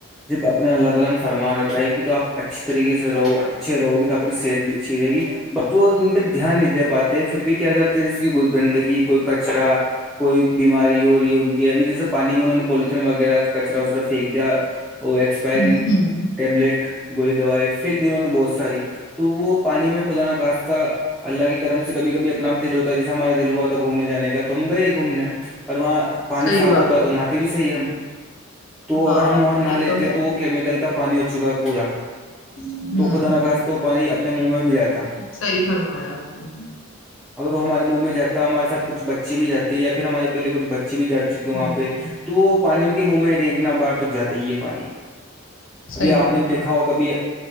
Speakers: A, in the centre; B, on the left.
A: جب اپنے اللہ تعالی نے فرما رکھاائے گی تو آپ اچھی طریقے سے رہو اچھے رہوی تو آپ کی سیٹ بھی اچھی رہے گی بٹ تو ان پہ دھیان نہیں دے پاتے پھر بھی کیا کرتے جیسے کہ کوئی گندگی کوئی کچرا کوئی بیماری ہو رہی ہے ان کی ابھی جیسے پانی میں انہوں نے پولیتھین وغیرہ کچرا وچرا پھینک دیا اور ایکسپائری
B: ہوں ہوں
A: ٹیبلیٹ گولی دوائی فیک دنوں نے بہت ساری تو وہ پانی میں خدا نخاستہ اللہ کی کرم سے کبھی کبھی اپناپ دل ہوتا ہے جیسے ہمارا دل ہوا تھا گھوم جانے کا تو ہم گئے گھومنے اور وہاں پانی
B: صحیح
A: صاف
B: بات
A: ہوتا ہے تو نہاتے بھی صحی ہے ہم تو
B: ہاں
A: اگر ہم وہاں نہا
B: یہ
A: لیتے
B: ہے
A: تو کیمیکل کا پانی ہو چکا ہے پورا
B: ہوں
A: تو خدا نقواست و پانی اپنے منہ میں بھی جاتا
B: صحیح فرمایا آپ نے
A: اگر وہ ہمارے مومممی جات ہے ہمارے سات کچھ بچے بھیاتے یاھر ہمار پہلے کچ بچے بھی جاتے چکے وہاں
B: ہوں
A: پہ تو وہ پانی ان کے منہ میں کہ اتنا بار تو جاتا ہی ہے پانی ابھی
B: صحیح
A: آپ
B: فرمایا
A: نے بھی دیکھا ہوگا کبھی